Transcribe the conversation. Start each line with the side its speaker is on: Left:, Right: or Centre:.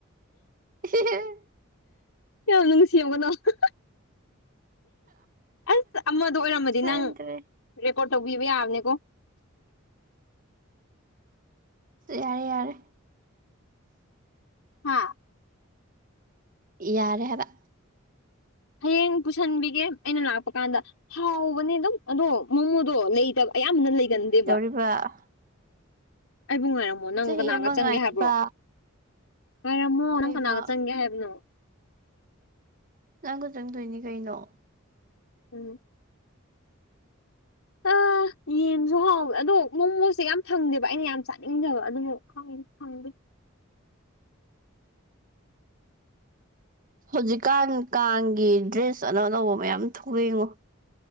Right: <unintelligible>
Left: ꯌꯥꯝ ꯅꯨꯡꯁꯤ ꯑꯃꯨꯛꯀ ꯅꯣꯛꯑꯣ ꯑꯁ ꯑꯃꯗꯣ ꯑꯣꯏꯔꯝꯃꯗꯤ
Right: ꯈꯪꯗ꯭ꯔꯦ
Left: ꯅꯪ ꯔꯦꯀꯣꯔꯠ ꯇꯧꯕꯤꯕ ꯌꯥꯕꯅꯦꯀꯣ꯫
Right: ꯌꯥꯔꯦ ꯌꯥꯔꯦ
Left: ꯍꯥꯥ
Right: ꯌꯥꯔꯦ ꯍꯥꯏꯕ
Left: ꯍꯌꯦꯡ ꯄꯨꯁꯥꯟꯕꯤꯒꯦ ꯑꯩꯅ ꯂꯥꯛꯄ ꯀꯥꯟꯗ ꯍꯥꯎꯕꯅꯦ ꯑꯗꯨꯝ ꯑꯗꯣ ꯃꯣꯃꯣꯗꯣ ꯂꯩꯇꯕ ꯑꯌꯥꯝꯕꯅ ꯂꯩꯒꯟꯗꯦꯕ
Right: ꯕꯥ
Left: ꯑꯩꯕꯨꯨ ꯉꯥꯏꯔꯝ ꯑꫭ ꯅꯪ
Right: ꯆꯍꯤ
Left: ꯀꯅꯥꯒ
Right: ꯑꯃ
Left: ꯆꯪꯒꯦ
Right: ꯉꯥꯏꯕ
Left: ꯍꯥꯏꯕ꯭ꯔꯣ ꯉꯥꯏꯔꯝꯃꯣ ꯅꯪ
Right: ꯀꯩꯕ
Left: ꯀꯅꯥꯒ ꯆꯪꯒꯦ ꯍꯥꯏꯕꯅꯣ
Right: ꯅꯪꯒ ꯆꯪꯗꯣꯏꯅꯤ ꯀꯩꯅꯣ
Left: ꯎꯝ ꯑ ꯌꯦꯟꯁꯨ ꯍꯥꯎꯋꯦ ꯑꯥ ꯗꯣ ꯃꯣꯃꯣꯁꯦ ꯌꯥꯝ ꯐꯪꯗꯦꯕ ꯑꯩꯅ ꯌꯥꯝ ꯆꯥꯅꯤꯡꯂꯒꯥ ꯑꯗꯨꯕꯨ ꯈꯪꯗꯦ ꯐꯪꯗꯦ
Right: ꯍꯧꯖꯤꯛꯀꯥꯟ ꯀꯥꯡꯒꯤ ꯗ꯭ꯔꯦꯁ ꯑꯅꯧ ꯑꯅꯧꯕ ꯃꯌꯥꯝ ꯊꯣꯛꯂꯛꯑꯦꯉꫭ